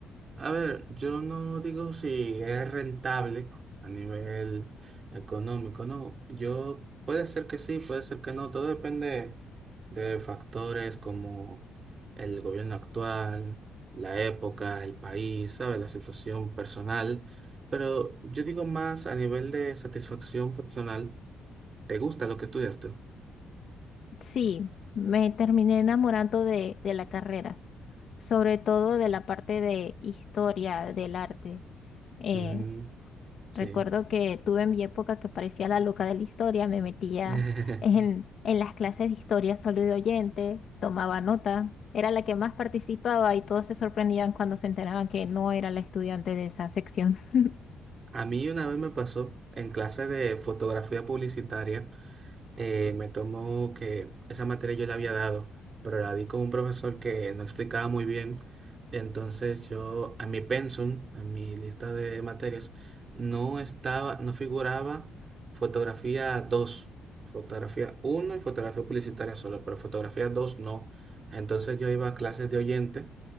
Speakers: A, on the right (about 40°); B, on the left (about 60°).
A: A ver, yo no digo si es rentable a nivel económico, no. Yo puede ser que sí, puede ser que no. Todo depende de factores como el gobierno actual, la época, el país, ¿sabes? La situación personal. Pero yo digo más a nivel de satisfacción personal. ¿Te gusta lo que estudiaste?
B: Sí, me terminé enamorando de, de la carrera, sobre todo de la parte de historia del arte. Eh,
A: Mm, sí.
B: Recuerdo que tuve en mi época que parecía la loca de la historia, me metía
A: <laughs>
B: en, en las clases de historia solo de oyente, tomaba nota, era la que más participaba y todos se sorprendían cuando se enteraban que no era la estudiante de esa sección. <laughs>
A: A mí una vez me pasó en clase de fotografía publicitaria. eh, me tomó que esa materia yo la había dado, pero la di con un profesor que no explicaba muy bien. Entonces yo, a mi pensum, a mi lista de materias, no estaba, no figuraba fotografía 2, fotografía uno y fotografía publicitaria solo, pero fotografía 2 no. Entonces yo iba a clases de oyente